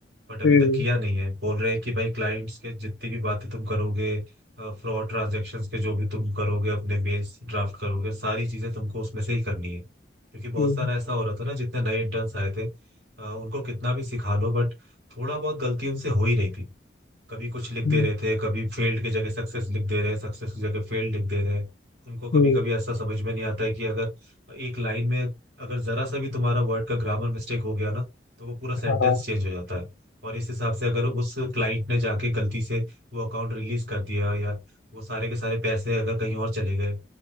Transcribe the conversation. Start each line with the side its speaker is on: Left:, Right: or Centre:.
Right: बट अभी
Left: हम्म
Right: तक किया नहीं है बोल रहे हैं कि भाई क्लाइंट्स के जितनी भी बातें तुम करोगे फ्रॉड ट्रांजैक्शंस के जो भी तुम करोगे अपने मेल्स ड्राफ्ट करोगे सारी चीजें तुमको उसमें से ही करनी है क्योंकि बहुत
Left: हम्म
Right: सारा ऐसा हो रहा था ना जितने नए इंटर्न्स आए थे अ, उनको कितना भी सिखा लो बट थोड़ा बहुत गलती उनसे हो ही रही थी कभी कुछ लिख
Left: हम्म
Right: दे रहे थे कभी फेल्ड की जगह सक्सेस लिख दे रहे हैं सक्सेस की जगह फेल्ड लिख दे रहे हैं उनको कभी
Left: हम्म,
Right: कभी ऐसा समझ में नहीं आता है कि अगर एक लाइन में अगर जरा सा भी तुम्हारा वर्ड का ग्रामर मिस्टेक हो गया ना तो वो पूरा सेंटेंस
Left: हाँ
Right: चेंज हो जाता है और इस हिसाब से अगर उस क्लाइंट ने जाके गलती से वो अकाउंट रिलीज कर दिया या वो सारे के सारे पैसे अगर कहीं और चले गए